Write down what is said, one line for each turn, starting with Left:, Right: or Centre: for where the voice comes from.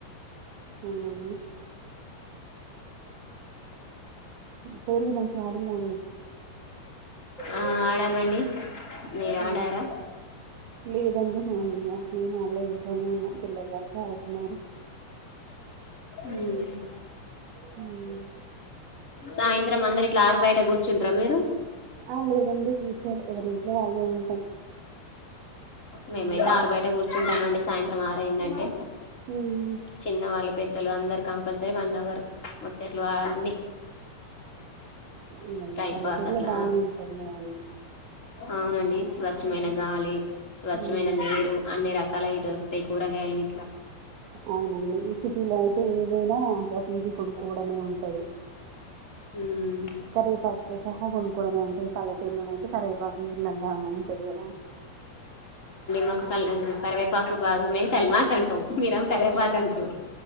Right: అవుననీ హోలీ మంచిగా అడిల్ల అండి
Left: ఆ ఆడామండి మీరు
Right: ఉ
Left: ఆడారా
Right: లేదండి మ వాళ్ళ ఇంట్లోనే ఉన్నాం పిల్లల వరకి ఆడుకున్నారు
Left: ఉమ్.
Right: మ్
Left: సాయంత్రం అందరు ఇట్లా ఆరు బయట కూర్చుంటార్ మీరు
Right: ఆ లేదండి కూచోరు ఎవరింట్లో వాళ్ళే ఉంటాం.
Left: మేమైతే
Right: ఉమ్,
Left: ఆరు బయట కూర్చుంటామ అండి సాయంత్రం ఆరైందంటే
Right: ఉమ్,
Left: చిన్నవాళ్లు పెద్దలు అందరు కంపల్సరీ వన్ అవర్ ముచ్చట్లు ఆన్ని
Right: ఉమ్, అదే
Left: టైమ్
Right: పల్లెటూరులో
Left: పాస్ అట్ల
Right: బానే ఉంటది కదా అండి
Left: ఆ అవునండి స్వచ్ఛమైన గాలి స్వచ్ఛమైన
Right: ఉమ్,
Left: నీరు అన్ని రకాలయి దొరుకుతాయి. కూరగాయలు ఇట్ల
Right: అవునండి ఈ సిటీలో అయితే ఏవైనా ప్రతిదీ కొన్కోవడమే ఉంటది
Left: ఉమ్
Right: కర్వెపాకుతో సహా గొనుకోవడమే ఉంటది పల్లెటూర్లోనైతే కరైపాకు ఊర్లల్లా ఉంటది కదా
Left: మొక్క కళ్ళ కరివేపాకు బాగున్నయ్ కల్మాక్ అంటాం మీర కరెపాకంటరు